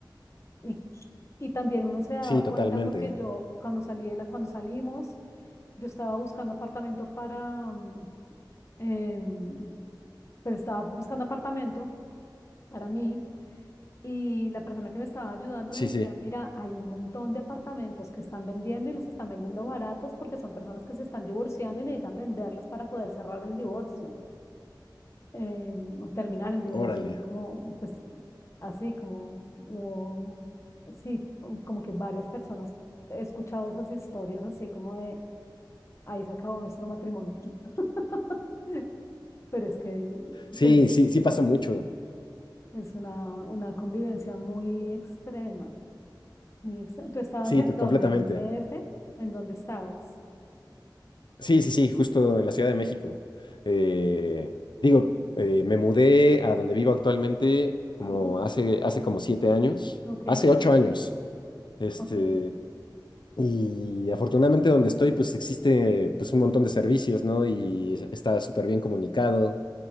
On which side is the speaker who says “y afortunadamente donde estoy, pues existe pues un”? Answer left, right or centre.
Left